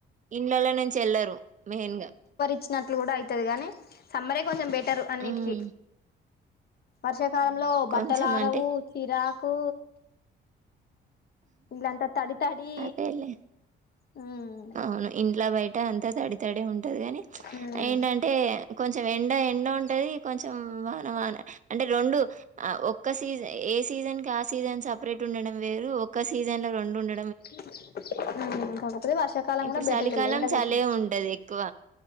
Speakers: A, on the right; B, on the left.
A: ఇండ్లలా నుంచి ఎల్లరు మెయిన్గా
B: చ్చినట్లు కూడా అయితది గనీ సమ్మరే కొంచెం బెటర్ అన్నిటికి
A: ఉమ్
B: వర్షాకాలంలో
A: ఉమ్ కొంచెం
B: బట్టలారవు
A: అంటే
B: చిరాకు ఇన్నలంత తడి తడి
A: అదేలే
B: హ్మ్
A: అవును ఇంట్ల బయట అంతా తడితడే ఉంటది గని
B: ఉమ్
A: ఏంటంటే కొంచె ఎండ ఎండ ఉం టది కొంచెం వాన వాన అంటే రొండు అ ఒక్క సీజ ఏ సీజన్ కి ఆ సీజన్ సప్ ప్రేట్ ఉండడం వేరు ఒక్క సీజన్ల రొండు ఉండ
B: <unintelligible> అ కాక తే వర్షాకాలం
A: ఇప్పుడు
B: కూడా బెటల్
A: చలికాలం
B: లే ఎండ
A: చలే
B: గొట్టి
A: ఉంటది ఎక్కువ